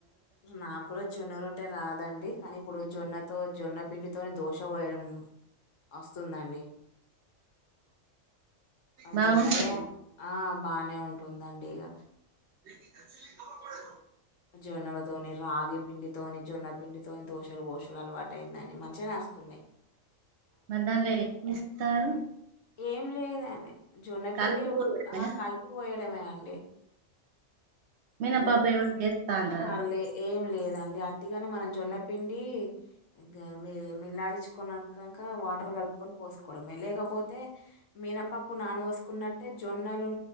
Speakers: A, on the left (about 70°); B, on the right (about 65°).
A: నా కూడా జొన్న రొట్టే రాదు దండి కానీ ఇప్పుడు జొన్నతో జొన్న పిండితో దోశ పోయడం వస్తుందండి ఆ
B: బాగుంటాయి
A: జొన్నలే ఆ బానే ఉంటుందండి ఇగ
B: లేకి కచ్చి కబ పడే
A: జొన్నల తోని రాగి పిండి తోని జొన్నపిండితోని దోశలు పోసుడు అలవాటు అయిందండి మంచిగనే అస్తున్నాయి
B: మరి దానిలో ఏం ఇస్తారు
A: ఏం లేదండి జొన్నపిండి
B: కలిపి పోయడమేనా
A: ఆ కలిపిపోయడమే అండి
B: మినపప్పు
A: జొన్నపిండి
B: ఏమన్నా చేస్తాండ్రా
A: ఆహా లే ఏం లేదండి అట్టిగాని మనం జొన్నపిండి గ మిల్లాడిచుకున్నాక వాటర్ క ఉక్కొని పోసుకోవడమే లేకపోతే మీనపప్పు నాన బోసుకున్నట్టే జొన్నలు